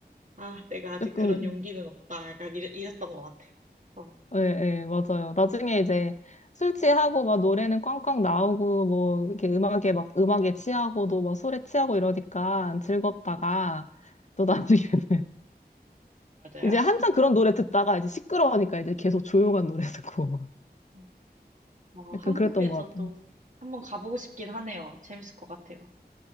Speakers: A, on the right (about 45°); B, on the left (about 45°).
A: 아, 내가 아직
B: 조금,
A: 그런 용기는 없다. 약간 이랬, 이랬던 것 같아요. 어,
B: 예, 예, 맞아요. 나중에 이제 술 취하고 막 노래는 꽝꽝 나오고, 뭐, 이렇게 음악에 막, 음악에 취하고도 막 술에 취하고 이러니까 즐겁다가, 또 <laughs> 나중에는
A: 맞아요.
B: 이제 한참 그런 노래 듣다가 이제 시끄러우니까 이제 계속 조용한 노래 듣고
A: 어,
B: <laughs>
A: 어, 한국에서도
B: 약간 그랬던 것 같아요.
A: 한번 가보고 싶긴 하네요. 재밌을 것 같아요.